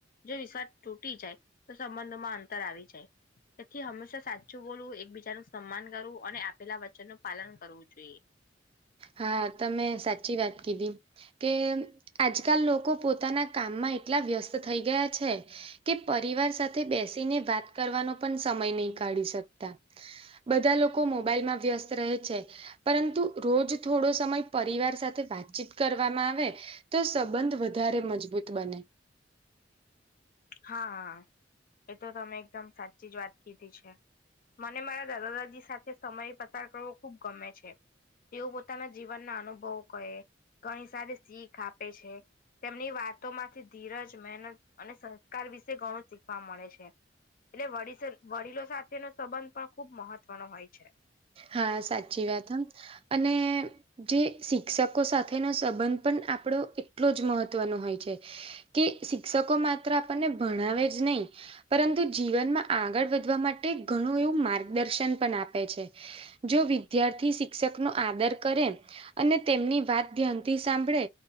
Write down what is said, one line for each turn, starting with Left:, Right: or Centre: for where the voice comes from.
Left: જો વિશ્વાસ તૂટી જાય તો સંબંધોમાં અંતર આવી જાય. તેથી હંમેશા સાચું બોલવું એકબીજા ન સન્માન કરવું અને આપેલા વચનનું પાલન કરવું જોઈએ.
Right: હા, તમે સાચી વાત કીધી. કે આજકાલ લોકો પોતાના કામમાં એટલા વ્યસ્ત થઈ ગયા છે. કે પરિવાર સાથે બેસીને વાત કરવાનો પણ સમય નહી કાઢી શકતા. બધા લોકો મોબાઈલમાં વ્યસ્ત રહે છે પરંતુ રોજ થોડો સમય પરિવાર સાથે વાતચીત કરવામાં આવે તો સંબંધ વધારે મજબૂત બને
Left: હા હા એ તો તમે એકદમ સાચી જ વાત કીધી છે. મને મારા દાદા દાદી સાથે સમય પસાર કરવો ખુબ ગમે છે. તેઓ પોતાના જીવનના અનુભવો કહે ઘણી સારી શીખ આપે છે. તેમની વાતોમાંથી ધીરજ મહેનત અને સંસ્કાર વિશે ઘણું શીખવા મળે છે. એટલે વ વડીલો સાથેનો સંબંધ પણ ખુબ મહત્વનો હોય છે.
Right: હા સાચી વાત હો અને જે શિક્ષકો સાથેનો સંબંધ પણ આપણો એટલો જ મહત્વનો હોય છે. કે શિક્ષકો માત્ર આપણને ભણાવે જ નહી પરંતુ જીવનમાં આગળ વધવા માટે ઘણું એવું માર્ગદર્શન પણ આપે છે. જો વિદ્યાર્થી શિક્ષક નો આદર કરે અને તેમની વાત ધ્યાનથી સાંભળે